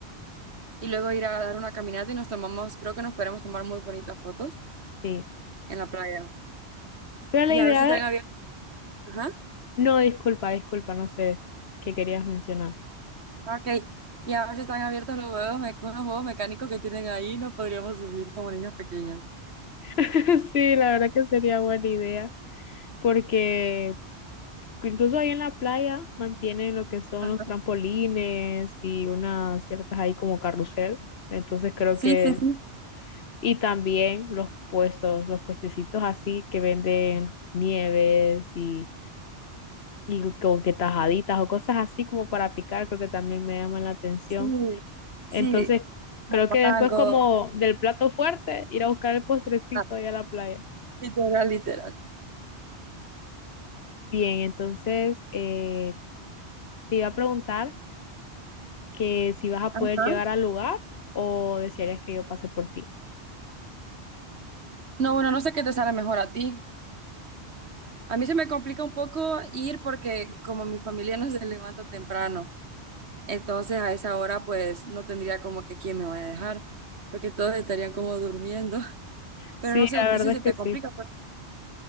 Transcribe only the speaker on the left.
Sí.
Pero la
idea,
no, disculpa, disculpa, no sé qué querías mencionar.
<laughs> Sí, la verdad que sería buena idea, porque incluso ahí en la playa mantienen lo que son
los trampolines y unas ciertas ahí como carrusel, entonces creo
que
Y también los puestos, los puestecitos así que venden nieves y, y como que tajaditas o cosas así como para picar, creo que también me llaman la atención.
Entonces,
creo que
después como del plato fuerte, ir a buscar el postrecito
ahí a la playa.
Bien, entonces eh, te iba a preguntar que si vas a
poder llegar al lugar o desearías que yo pase por ti.
Sí,
la
verdad
es que
sí.